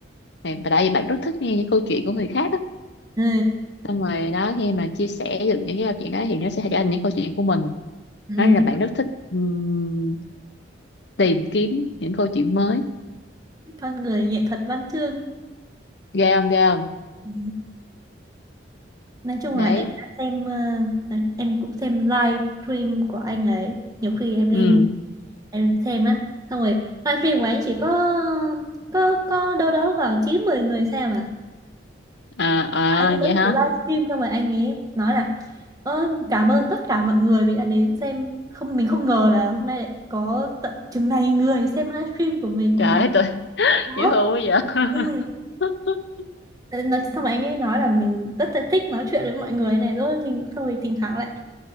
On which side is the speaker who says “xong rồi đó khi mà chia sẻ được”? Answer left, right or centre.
Left